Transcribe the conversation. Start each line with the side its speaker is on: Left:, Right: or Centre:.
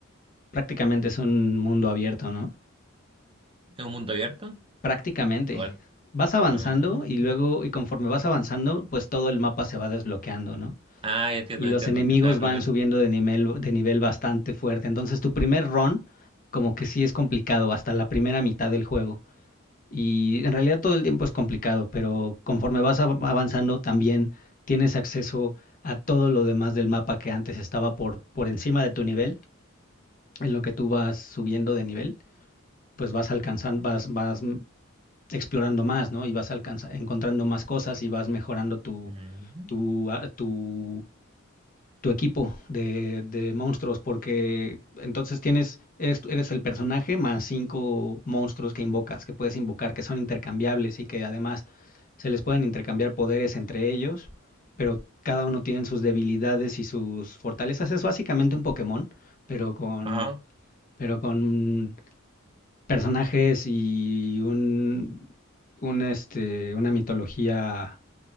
Left: prácticamente es un mundo abierto, ¿no?
Right: ¿Es un mundo abierto?
Left: Prácticamente.
Right: Igual.
Left: Vas avanzando
Right: Ah,
Left: y luego, y conforme vas avanzando, pues todo el mapa se va desbloqueando, ¿no?
Right: Ah, ya entiendo,
Left: Y
Right: ya
Left: los
Right: entiendo,
Left: enemigos
Right: que se va desbloqueando.
Left: van subiendo de nivel, de nivel bastante fuerte. Entonces, tu primer run, como que sí es complicado, hasta la primera mitad del juego. Y en realidad todo el tiempo es complicado, pero conforme vas av- avanzando también tienes acceso a todo lo demás del mapa que antes estaba por, por encima de tu nivel. En lo que tú vas subiendo de nivel, pues vas alcanzando, vas, vas explorando más, ¿no? Y vas alcanza- encontrando más cosas y vas mejorando tu,
Right: Ujú.
Left: tu, ah, tu, tu equipo de, de monstruos, porque entonces tienes, eres, eres el personaje más cinco monstruos que invocas, que puedes invocar, que son intercambiables y que además se les pueden intercambiar poderes entre ellos, pero cada uno tiene sus debilidades y sus fortalezas. Es básicamente un Pokémon, pero con,
Right: Ajá,
Left: pero con personajes y un, un, este, una mitología